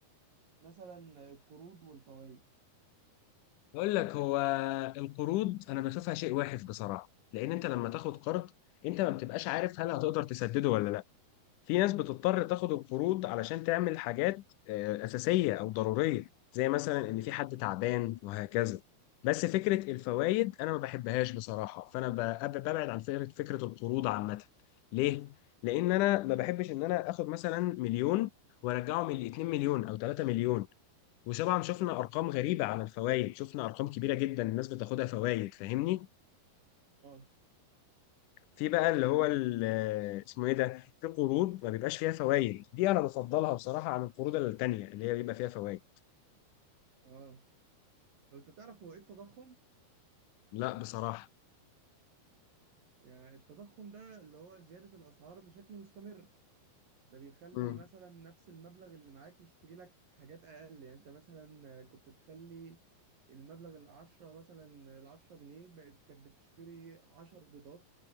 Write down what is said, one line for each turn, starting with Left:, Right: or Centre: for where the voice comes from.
Right: مثلا القروض والفوائد
Left: اقول لك هو القروض انا بشوفها شيء واحد بصراحة لان انت لما تاخد قرض انت ما بتبقاش عارف هل هتقدر تسدده ولا لا في ناس بتضطر تاخد القروض علشان تعمل حاجات آه، أساسية أو ضرورية زي مثلا إن في حد تعبان وهكذا بس فكرة الفوائد أنا ما بحبهاش بصراحة فأنا ب- ببعد عن فكرة فكرة القروض عامة ليه؟ لأن أنا ما بحبش إن أنا آخد مثلا مليون وأرجعه من 2 مليون أو 3 مليون وطبعا شفنا أرقام غريبة على الفوائد شفنا أرقام كبيرة جدا الناس بتاخدها فوائد فاهمني؟
Right: اه
Left: في بقى اللي هو ال- اسمه ايه ده في قروض ما بيبقاش فيها فوائد دي انا بفضلها بصراحه عن القروض التانيه اللي هي بيبقى فيها فوائد
Right: اه طب انت تعرف هو ايه التضخم؟
Left: لا بصراحه
Right: يعني التضخم ده اللي هو زيادة الأسعار بشكل مستمر ده بيخلي
Left: امم
Right: مثلا نفس المبلغ اللي معاك يشتري لك حاجات أقل يعني أنت مثلا كنت تخلي المبلغ العشرة مثلا العشرة جنيه بقت كانت بتشتري عشر بيضات